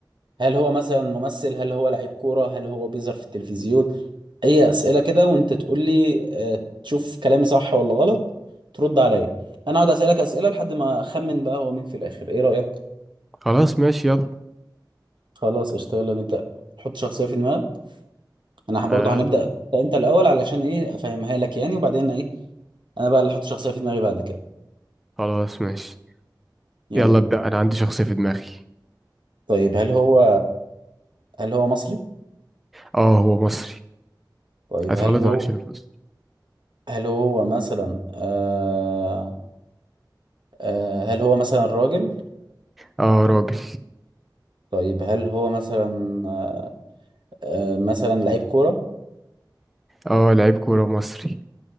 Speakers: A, on the right; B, in the centre.
A: هل هو مثلا ممثل هل هو لعيب كورة هل هو بيظهر في التلفزيون أي أسئلة كده وأنت تقول لي آه، تشوف كلامي صح ولا غلط ترد عليا أنا أقعد أسألك أسئلة لحد ما أخمن بقى هو مين في الآخر إيه رأيك؟
B: خلاص ماشي يلا
A: خلاص قشطة يلا نبدأ حط شخصية في دماغك أنا برضه
B: آه
A: هنبدأ أنت الأول علشان إيه أفهمها لك يعني وبعدين إيه أنا بقى اللي أحط شخصية في دماغي بعد كده
B: خلاص ماشي
A: يلا
B: يلا
A: بينا
B: ابدا انا عندي شخصيه في دماغي
A: طيب هل هو هل هو مصري؟
B: اه هو مصري
A: طيب
B: اتولد
A: هل هو
B: وعايش في مصر
A: هل هو مثلا آه آه هل هو مثلا راجل؟
B: اه راجل
A: طيب هل هو مثلا آه، آه، مثلا لعيب كورة
B: اه لعيب كوره مصري